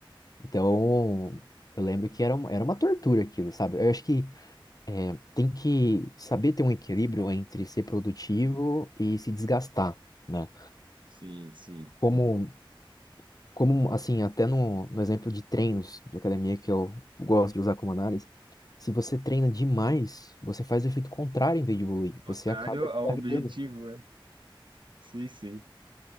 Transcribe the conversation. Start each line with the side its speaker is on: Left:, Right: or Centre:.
Left: Então, eu lembro que era, um- era uma tortura aquilo, sabe? Eu acho que É, tem que saber ter um equilíbrio entre ser produtivo e se desgastar, né?
Right: Sim, sim.
Left: Como, como assim, até no, no exemplo de treinos de academia que eu gosto de usar como análise, se você treina demais, você faz o efeito contrário em vez de evoluir,
Right: Contrário
Left: você acaba desgastando.
Right: ao objetivo, é. Sim, sim.